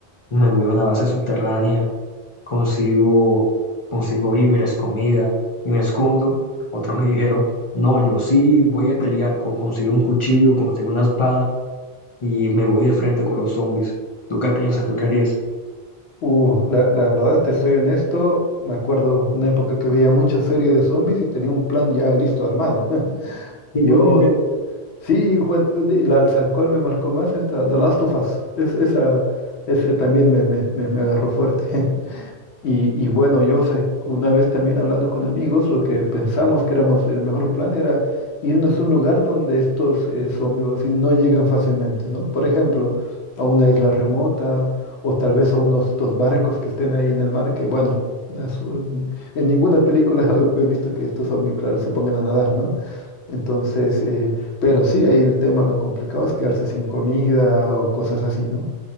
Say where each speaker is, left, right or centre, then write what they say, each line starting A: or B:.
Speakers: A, on the left; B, on the left.
A: me voy a una base subterránea consigo, consigo víveres, comida y me escondo. Otros me dijeron, no, yo sí voy a pelear, co- consigo un cuchillo, consigo una espada y me voy de frente con los zombies. ¿Tú qué piensas? ¿Tú qué harías?
B: Uh, la, la verdad, te soy honesto, me acuerdo una época que veía muchas series de zombies y tenía un plan ya listo armado. <laughs>
A: The
B: Yo,
A: Walking Dead
B: sí, bueno, de la, ¿sabes cuál me marcó más? Esta, The Last of Us. Es, esa, ese también me, me, me, me agarró fuerte. <laughs> Y, y bueno, yo sé, una vez también hablando con amigos, lo que pensamos que éramos el mejor plan era irnos a un lugar donde estos eh, zombies no llegan fácilmente, ¿no? Por ejemplo, a una isla remota o tal vez a unos dos barcos que estén ahí en el mar, que bueno, las, eh, en ninguna película <laughs> he visto que estos zombies, claro, se pongan a nadar, ¿no? Entonces, eh, pero sí, ahí el tema, lo complicado es quedarse sin comida o cosas así, ¿no?